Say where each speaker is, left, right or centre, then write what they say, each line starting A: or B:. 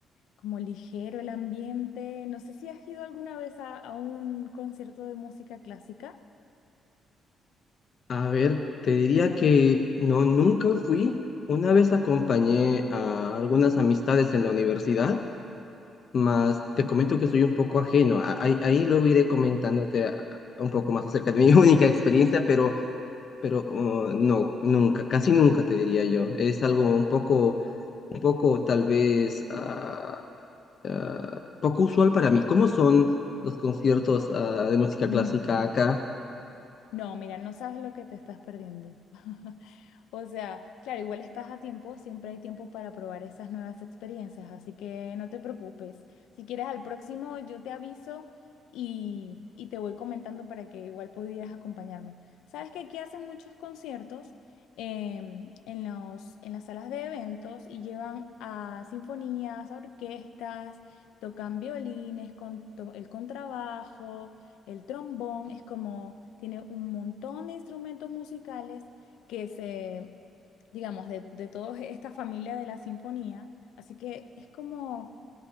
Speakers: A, on the left; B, on the left.
A: como ligero el ambiente. No sé si has ido alguna vez a, a un concierto de música clásica.
B: A ver, te diría que no, nunca fui. Una vez acompañé a algunas amistades en la universidad, mas te comento que soy un poco ajeno. A- Ahí, ahí luego iré comentándote a- a- un poco más acerca de mi <laughs> única experiencia, pero pero uh, no, nunca, casi nunca te diría yo. Es algo
A: Oh,
B: un poco, un poco tal vez ah, ah, poco usual para mí. ¿Cómo son los conciertos ah, de música
A: Mm.
B: clásica acá?
A: No, mira, no sabes lo que te estás perdiendo. <laughs> O sea, claro, igual estás a tiempo, siempre hay tiempo para probar esas nuevas experiencias, así que no te preocupes. Si quieres al próximo, yo te aviso y, y te voy comentando para que igual pudieras acompañarme. Sabes que aquí hacen muchos conciertos em, en los, en las salas de eventos y llevan a sinfonías, a orquestas, tocan violines, con, to- el contrabajo, el trombón, es como, tiene un montón de instrumentos musicales que se, digamos, de, de toda esta familia de la sinfonía. Así que es como